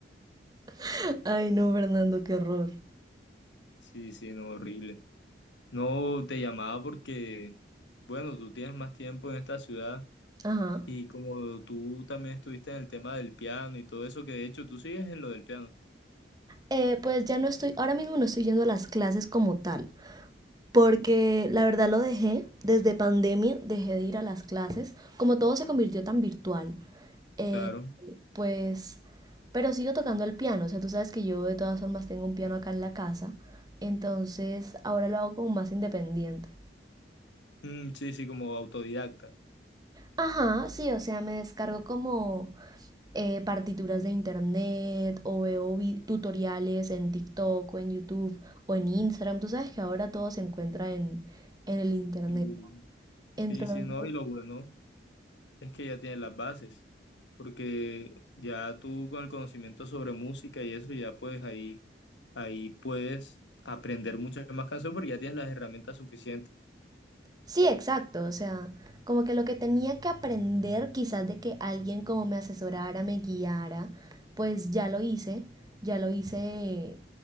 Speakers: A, on the right; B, on the left.
A: <laughs> Ay, no, Fernando, qué horror.
B: Sí, sí, no, horrible. No te llamaba porque, bueno, tú tienes más tiempo en esta ciudad
A: Ajá.
B: y como tú también estuviste en el tema del piano y todo eso, que de hecho tú sigues en lo del piano.
A: Eh, pues ya no estoy, ahora mismo no estoy yendo a las clases como tal, porque la verdad lo dejé, desde pandemia dejé de ir a las clases, como todo se convirtió tan virtual, eh,
B: Claro.
A: pues, pero sigo tocando el piano, o sea, tú sabes que yo de todas formas tengo un piano acá en la casa, entonces ahora lo hago como más independiente.
B: Mm, sí, sí, como autodidacta.
A: Ajá, sí, o sea, me descargo como eh, partituras de internet o veo vi- tutoriales en TikTok o en YouTube o en Instagram, tú sabes que ahora todo se encuentra en, en el internet.
B: Sí,
A: Entonces...
B: sí, sí, no, y lo bueno. es que ya tienes las bases, porque ya tú con el conocimiento sobre música y eso, ya pues ahí, ahí puedes aprender muchas más canciones porque ya tienes las herramientas suficientes.
A: Sí, exacto, o sea, como que lo que tenía que aprender quizás de que alguien como me asesorara, me guiara, pues ya lo hice, ya lo hice